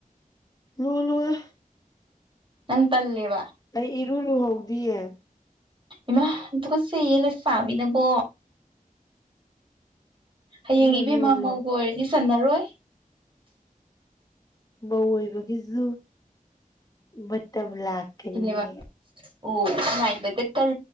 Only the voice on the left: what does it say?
ꯂꯣꯂꯣꯢ
ꯑꯩ ꯏꯔꯨ ꯂꯨꯍꯧꯗꯤꯌꯦ
ꯑꯗꯨꯅ
ꯂꯣꯜꯂꯣ
ꯃꯧ ꯑꯣꯏꯕꯒꯤꯁꯨ ꯃꯇꯝ ꯂꯥꯛꯀꯅꯤꯌꯦ